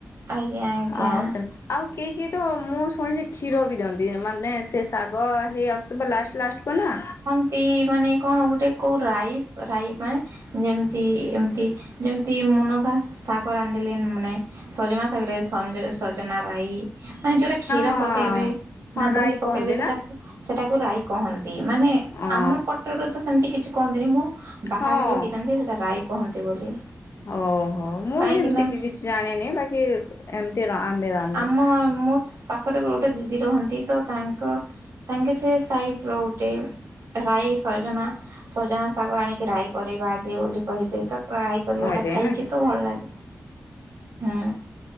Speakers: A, on the right; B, on the left.
A: ଆଜ୍ଞା ଆଜ୍ଞା।
B: ଆ ସେମ୍ ଆଉ କେହି କି ତ ମୁଁ ଶୁଣିଚି ସେ କ୍ଷୀର ବି ଦିଅନ୍ତି ମାନେ ସେ ଶାଗ ହେଇ ଆସୁଥିବ ଲାଷ୍ଟ୍ ଲାଷ୍ଟ୍ କୁ ନା
A: ଏମତି ମାନେ କଣ ଗୋଟେ କୋଉ ରାଇସ୍ ରାଇ ପାଇଁ ଯେମିତି ଏମିତି ଯେମିତି ମୁନଗା ଶାଗ ରାନ୍ଧିଲେ ମାନେ ସଜନା ଶାଗରେ ସଜ ସଜନା ରାଇ ମାନ ଯୋଉଟା କ୍ଷୀର
B: ହଁ
A: ପକେଇବେ
B: ହଁ
A: ନା ଦହି
B: ରାଇ
A: ପକେଇବେ
B: କହନ୍ତି
A: ସେଟା
B: ନା?
A: ସେଟାକୁ ରାଇ କହନ୍ ନ୍ତି ମାନେ
B: ଓ
A: ଆମ ପଟରେ ତ ସେମିତି କିଛି କୁହନ୍ତିନି ମୁଁ ବାହାରେ
B: ହଁ ହଁ
A: ରହିକି ଜାଣିଚି ସେଟା ରାଇ କୁହନ୍ତି ବୋଲି
B: ଓହୋ ମୁଁ
A: କାହିଁକି
B: ଏମିତି
A: ନା
B: କିଛି ଜାଣିନି ବାକି ଏମିତି ଆମେ ରାନ୍ଧୁ।
A: ଆମ ମୋ ପାଖରେ ଗୋଟେ ଦିଦି ରହନ୍ତି ତ ତାଙ୍କ ତାଙ୍କେ ସେ ସାଇଡ୍ ର ଗୋଟେ ରାଇ ସଜନା, ସଜନା ଶାଗ ଆଣିକି ରାଇ କରେଇବା ଆଜି ବୋଲି କହିବେ ତ ରାଇ କରିବାଟା
B: ଅଜୟ
A: ଖାଇଛି
B: ନା
A: ତ ଭଲ ଲାଗେ ହଁ।